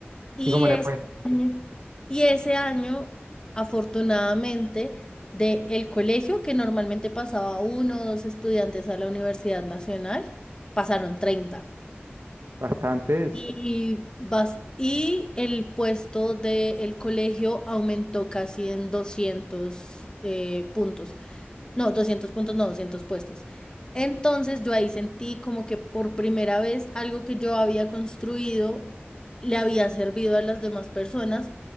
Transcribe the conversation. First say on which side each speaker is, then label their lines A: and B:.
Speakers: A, on the left (about 20°); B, on the right (about 75°).
A: Y
B: ¿Y cómo le
A: ese
B: fue?
A: año, y ese año, afortunadamente, de el colegio, que normalmente pasaba uno o dos estudiantes a la Universidad Nacional, pasaron treinta
B: Bastantes.
A: Y, bas- y el puesto del colegio aumentó casi en 200 eh, puntos. No, 200 puntos, no, doscientos puestos. Entonces yo ahí sentí como que por primera vez algo que yo había construido le había servido a las demás personas